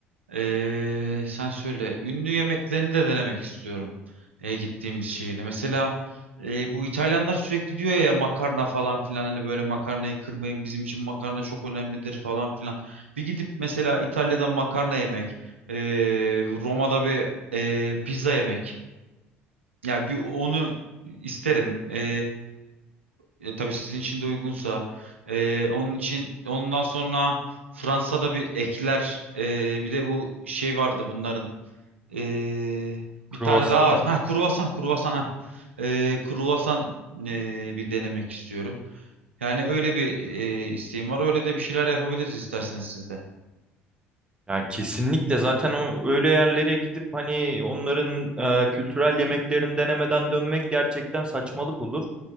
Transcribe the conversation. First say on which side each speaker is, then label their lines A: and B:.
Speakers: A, on the right (about 80°); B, on the right (about 15°).
A: Ee, sen söyle. Ünlü yemeklerini de denemek istiyorum. Ee, gittiğimiz şehirde. Mesela e, bu İtalyanlar sürekli diyor ya makarna falan filan. Hani böyle makarnayı kırmayın. Bizim için makarna çok önemlidir falan filan. Bir gidip mesela İtalya'dan makarna yemek. ee, Roma'da bir ee, pizza yemek. Yani bir onu isterim. E, e, tabii sizin için de uygunsa. E, onun için ondan sonra Fransa'da bir ekler. E, bir de bu şey vardı bunların. E,
B: Kruvasan
A: bir tane daha
B: mı?
A: var. Ha kruvasan kruvasan ha. E, kruvasan e, bir denemek istiyorum. Yani öyle bir e, isteğim var. Öyle de bir şeyler yapabiliriz isterseniz siz de.
B: Yani kesinlikle zaten o öyle yerlere gidip hani onların e, kültürel yemeklerini denemeden dönmek gerçekten saçmalık olur.